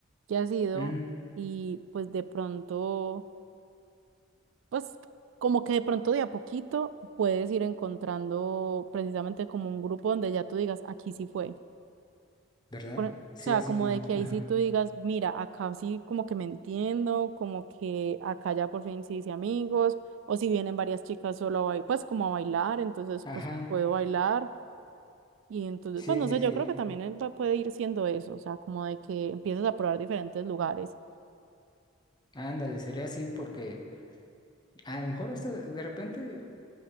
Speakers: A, on the right (about 70°); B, on the left (about 20°).
A: que has ido
B: mm,
A: y pues de pronto... pues como que de pronto de a poquito puedes ir encontrando precisamente como un grupo donde ya tú digas, aquí sí fue.
B: ¿verdad?
A: Por- e, o
B: Sí,
A: sea,
B: así
A: como
B: como,
A: de que ahí
B: ajá,
A: sí tú digas, mira, acá sí como que me entiendo, como que acá ya por fin sí hice amigos, o si vienen varias chicas solo a bailar, pues como a bailar, entonces
B: ajá,
A: pues puedo bailar. Y entonces,
B: sí,
A: pues no
B: sí,
A: sé,
B: sí,
A: yo creo que también eh, va- puede ir siendo eso, o sea, como de que empiezas a probar diferentes lugares.
B: ándale, sería así porque a lo mejor hasta de repente,